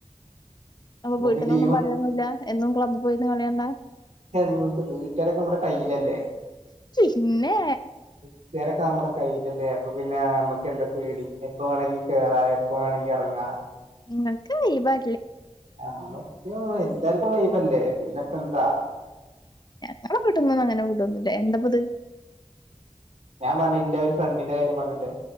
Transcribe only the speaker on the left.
അപ്പൊ
വീട്ടിൽന്നൊന്നും
പറയൊന്നൂല്ല എന്നും ക്ലബ്ബ് പോയിരിന്ന് കളി കണ്ടാ?
പിന്നെ
നിങ്ങക്ക് വൈബ് ആ
ഞങ്ങളെ വീട്ടിന്നൊന്നും അങ്ങനെ വുടോന്നുമില്ല എന്താപ്പ ഇത്